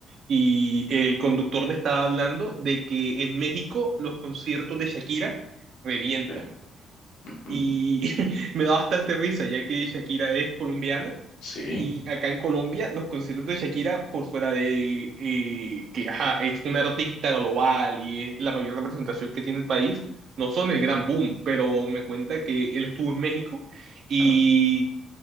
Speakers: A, on the right (about 50°); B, on the left (about 80°).
A: y el conductor me estaba hablando de que en México los conciertos de Shakira revientan.
B: Sí. Ujú.
A: Y <laughs> me da bastante risa, ya que Shakira es colombiana.
B: Sí.
A: Y acá en Colombia, los conciertos de Shakira, por fuera de eh, que ajá, es una artista global y es la mayor representación que tiene el país, no son el gran boom, pero me cuenta que él estuvo en México y
B: Ah,